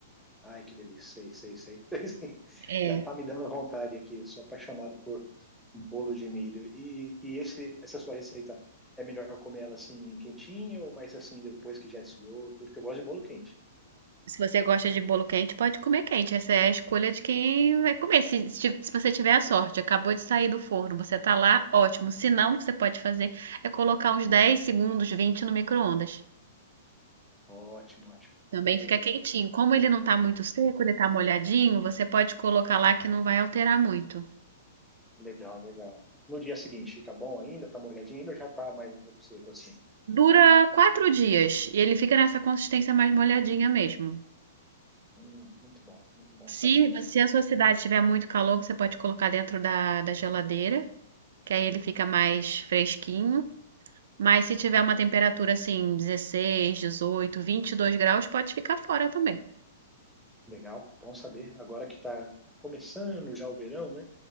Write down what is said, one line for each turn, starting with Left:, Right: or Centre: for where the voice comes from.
Centre: Ai, que delícia. Sei, sei, sei. <laughs> Sei, sei.
Right: É.
Centre: Já tá me dando vontade aqui. Eu sou apaixonado por bolo de milho. E, e esse, essa sua receita, é melhor comer ela assim quentinha ou mais assim depois que já esfriou? Tudo que eu gosto de bolo quente.
Right: Se você gosta de bolo quente, pode comer quente. Essa é a escolha de quem vai comer. Se, se se você tiver a sorte, acabou de sair do forno, você tá lá, ótimo. Se não, o que você pode fazer é colocar uns 10 segundos, 20 no micro-ondas.
Centre: Ótimo, ótimo.
Right: Também
Centre: Boa
Right: fica
Centre: ideia.
Right: quentinho. Como ele não tá muito seco, ele tá molhadinho, você pode colocar lá que não vai alterar muito.
Centre: Legal, legal. No dia seguinte, fica bom ainda? Tá molhadinho ainda ou já tá mais um pouco seco assim?
Right: Dura quatro dias e ele fica nessa consistência mais molhadinha mesmo.
Centre: Hum, muito bom, muito bom
Right: Se,
Centre: saber.
Right: se a sua cidade tiver muito calor, você pode colocar dentro da, da geladeira, que aí ele fica mais fresquinho. Mas se tiver uma temperatura assim, 16, 18, 22 graus, pode ficar fora também.
Centre: Legal, bom saber. Agora que está começando já o verão, né?